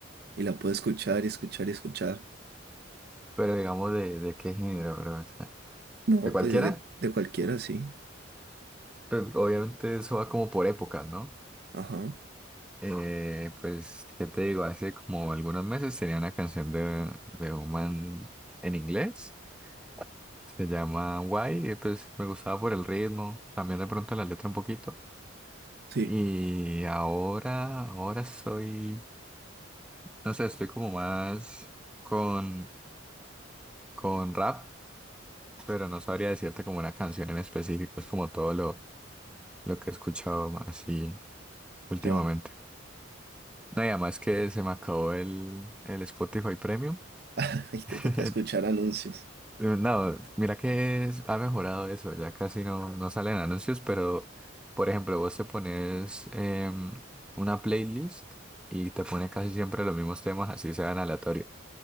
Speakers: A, on the right; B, in the centre.
A: y la puedo escuchar y escuchar y escuchar.
B: Pero digamos, ¿de, de qué género, bro? O sea,
A: No,
B: ¿de cualquiera?
A: pues de, de cualquiera, sí.
B: Pero obviamente eso va como por épocas, ¿no?
A: Ajá,
B: Eh, pues, ¿qué te digo? Hace como algunos meses tenía una canción de, de un man en inglés, se llama Why, y pues me gustaba por el ritmo, también de pronto la letra un poquito.
A: sí,
B: Y ahora, ahora soy, no sé, estoy como más con, con rap, pero no sabría decirte como una canción en específico, es como todo lo, lo que he escuchado así últimamente.
A: ya.
B: No, y además que se me acabó el, el Spotify Premium.
A: <laughs> Y te
B: <laughs>
A: toca escuchar anuncios.
B: Eh, No, mira que es- ha mejorado eso, ya casi no, no salen anuncios, pero por ejemplo, vos te pones em, una playlist y te pone casi siempre los mismos temas, así sean aleatorio.